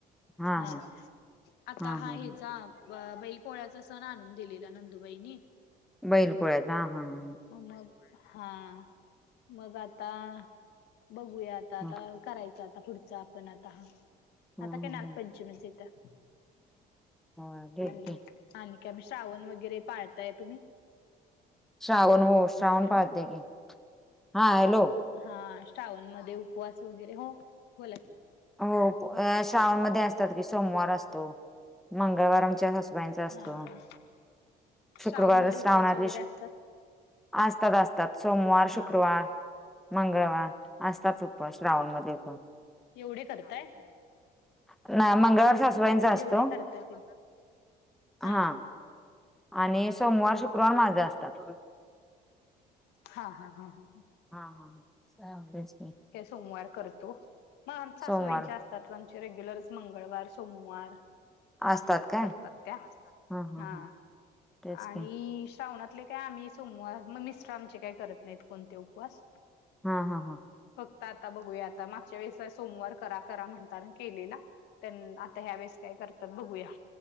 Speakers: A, in the centre; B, on the left.
A: हा
B: हां
A: हा
B: आता
A: हा
B: हां
A: हा
B: हीचा
A: हा
B: बैईल पोळ्यांचा संण आणून दिलेला नंदु बाईंनी
A: बैलपोळ्यांचा हं हां हं हं
B: मगं हां मगं आता बघूया आता
A: हा
B: आता करायचं आता पुढचं आपणं आता
A: हा
B: आता कायं नागपंचमीच इथं
A: हा देत
B: हो
A: की
B: आणि कायं मं श्रावण वगैरें पाळतांय तुम्हीं
A: श्रावण हो श्रावण
B: हॅलो
A: पाळते की हां हॅलो
B: हां श्रावण मध्यें उपवास वगैरें हो बोलाकी
A: हो श्रावण मंध्यें असतांत की सोमवार असतों मंगळवार आमच्या यांनां असतों बाईचां असतों
B: हा हा श्रावण
A: शुक्रवार
B: मध्ये
A: श्रावणांतले
B: उपवास वगैरे असतात
A: असतांत असतांत सोमवार
B: हा
A: शुक्रवार मंगळवार असतंच उपवास श्रावण मध्यें पणं
B: एवढी करतांत
A: मंगळवार सासुवाईंचा असतों
B: एवढे करताय ते हा
A: हां आणि सोमवार शुक्रवार माझ्यां असतांत
B: हां हां हां हां
A: हां हां <unintelligible> हच
B: सोमवार करतो मगं सासूबाईंच्या
A: सोमवार
B: त्या आमचे रेग्युलर मंगळवार सोमवार
A: असतात
B: असतांत
A: काय
B: करतांत त्यां
A: हा हा
B: हां
A: हा. तेच
B: आणि
A: की.
B: श्रावणांत कायं आम्हीं सोमवार मगं मिस्टर आमचे कांहीं करतं नाहीत कोणते उपवास
A: हां हां हां
B: फक्तं आता बघूया आता मागच्यां वेळेस सोमवार करा करा म्हणता नां केलेनं त्यां पणं आता ह्यावेेळेसं कायं करतांत बघूयां